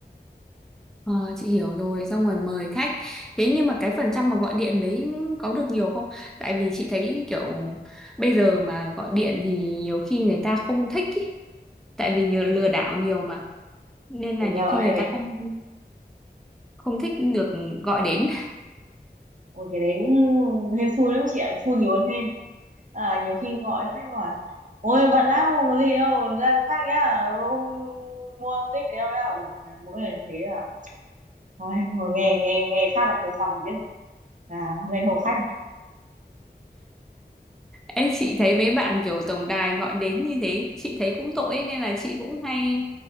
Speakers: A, in the centre; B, on the right (about 50°).
A: Ờ, chị hiểu rồi, xong rồi mời khách. Thế nhưng mà cái phần trăm mà gọi điện đấy có được nhiều không? Tại vì chị thấy kiểu bây giờ mà gọi điện thì nhiều khi người ta không thích ý. Tại vì nhiều
B: ừ,
A: lừa đảo nhiều mà. nên là
B: rồi
A: nhiều khi người ta không không thích được gọi đến
B: Ôi cái đấy cũng hên xui lắm chị ạ, xui nhiều hơn hên. À, nhiều khi gọi khách hỏi, ôi bận lắm không có gì đâu, ra chỗ khác nhá, không mua không thích thì đâu nhá. Ủa, mỗi lần như thế là, ôi, ngồi nghe nghe nghe phát là thôi xong rồi biết rồi. À, hôm nay không có khách à?
A: Ê, chị thấy mấy bạn kiểu tổng đài gọi đến như thế chị thấy cũng tội ấy, nên là chị cũng hay